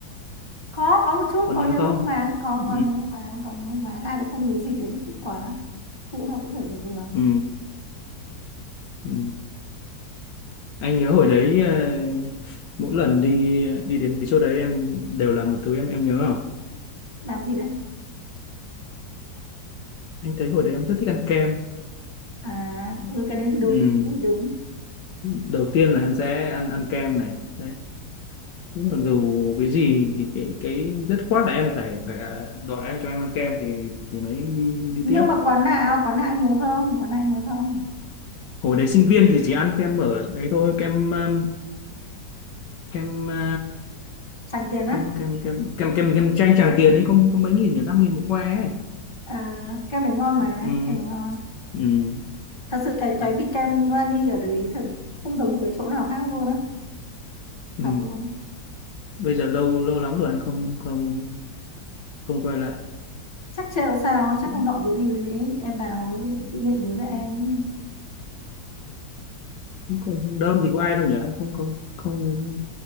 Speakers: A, on the left; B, on the left.
A: có có một chút
B: còn
A: có
B: nhớ
A: nhớ
B: không
A: mang máng có
B: ừ,
A: có nhớ mang máng có nhớ mang máng ai lại không nhớ gì thế thì phụ quá phụ đâu cũng phải vừa vừa
B: ừ,
A: chứ
B: ừ. anh nhớ hồi đấy ờ, mỗi lần đi đi đến cái chỗ đấy em đều làm một thứ em em nhớ không
A: làm gì đấy
B: anh thấy hồi đấy em rất thích ăn kem
A: à ừ cái đấy thì đúng
B: ừ.
A: cái đấy thì đúng
B: đầu tiên là em sẽ ăn ăn kem này đấy Đúng là dù cái gì thì cái cái dứt khoát là em phải phải đòi anh cho em ăn kem thì thì mới đi đi
A: nhưng
B: tiếp
A: mà quán nào quán nào anh nhớ không quán nào anh nhớ không
B: hồi đấy sinh viên thì chỉ ăn kem ở đấy thôi kem um, kem à,
A: sành tiền á
B: kem kem kem kem kem kem chanh Tràng Tiền ấy có có mấy nghìn nhỉ năm nghìn một que ấy.
A: à, kem này ngon mà
B: ừ,
A: kem này ngon
B: ừ,
A: thật sự cái cái
B: đấy,
A: vị kem vani ở đấy thật không giống một cái chỗ nào khác luôn á
B: ừ.
A: thật luôn
B: bây giờ lâu lâu lắm rồi anh không không không quay lại
A: chắc trêu sao
B: cũng
A: chắc hôm nọ vừa đi với em nào tự nhiên lại nhớ ra em
B: cũng không đâu gì có ai đâu nhỉ anh không không không